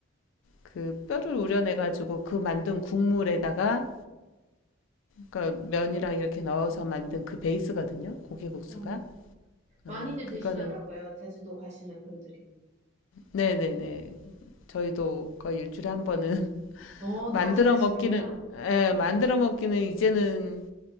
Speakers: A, on the left (about 70°); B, on the right (about 35°).
A: 그 뼈를 우려내 가지고 그 만든 국물에다가 그러니까 면이랑 이렇게 넣어서 만든 그 베이스거든요. 고기국수가.
B: 어. 많이들
A: 어,
B: 드시더라고요.
A: 그거는
B: 제주도 가시는 분들이.
A: 네네네. 저희도 거의 일주일에 한 번은 <laughs>
B: 어,
A: 만들어
B: 자주 드시는구나.
A: 먹기는 예, 만들어 먹기는 이제는